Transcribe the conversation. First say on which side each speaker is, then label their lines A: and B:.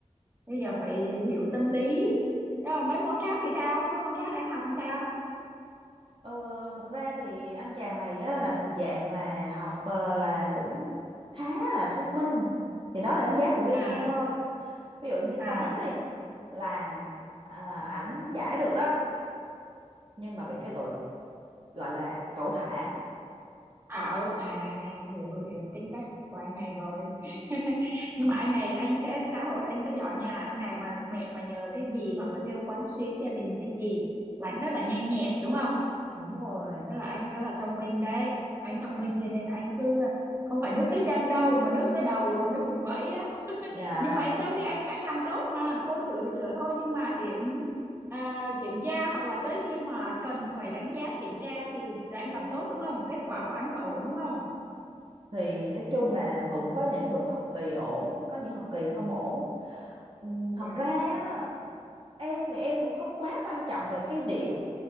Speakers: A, on the right; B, on the right.
A: bây giờ phải hiểu tâm lý nhưng mà mấy môn khác thì sao mấy môn khác anh học làm sao
B: ờ, thật ra thì anh chàng này á, là thuộc dạng là học ờ, là cũng khá là thông minh thì đó là đánh giá của riêng
A: à
B: em thôi ví dụ như toán
A: à
B: đi là à, ảnh giải được đó nhưng mà bị cái tội gọi là cẩu thả
A: ảo à hiểu hiểu tính cách của anh này rồi <laughs> nhưng mà anh này anh sẽ xã hội anh sẽ giỏi nha anh này mà mẹ mà nhờ cái
B: Ờ.
A: gì hoặc là kêu quán xuyến gia đình cái gì là anh rất là nhanh nhẹn đúng không
B: Đúng rồi.
A: Rất là anh rất là thông minh đấy. Anh thông minh cho nên anh cứ không phải nước tới chân đâu mà nước tới đầu rồi mới vùng vẫy đó.
B: Dạ
A: Nhưng mà yên tâm đi anh anh làm tốt mà. Cô sửa thì sửa thôi nhưng mà điểm à, kiểm tra hoặc là tới khi mà cần phải đánh giá kiểm tra thì là anh làm tốt đúng không? Kết quả của anh là ổn đúng không?
B: thì nói chung là cũng có những lúc học kỳ ổn, có những học kỳ không ổn. Ừm, Thật
A: Dạ.
B: ra á, em thì em cũng không quá quan trọng về cái điểm